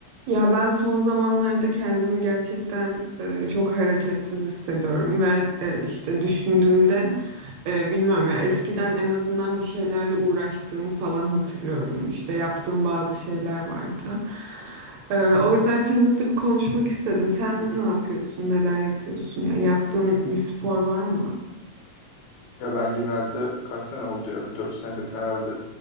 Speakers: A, on the right; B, on the left.
A: Ya ben son zamanlarda kendimi gerçekten e, çok hareketsiz hissediyorum ve e, işte düşündüğümde e, bilmiyorum ya eskiden en azından bir şeylerle uğraştığımı falan hatırlıyorum. İşte yaptığım bazı şeyler vardı. E, o yüzden seninle de bir konuşmak istedim. Sen ne yapıyorsun? Neler yapıyorsun? Yani yaptığın bir spor var mı?
B: Ya ben genelde kaç sene oldu ya? Bir 4 senedir falan herhalde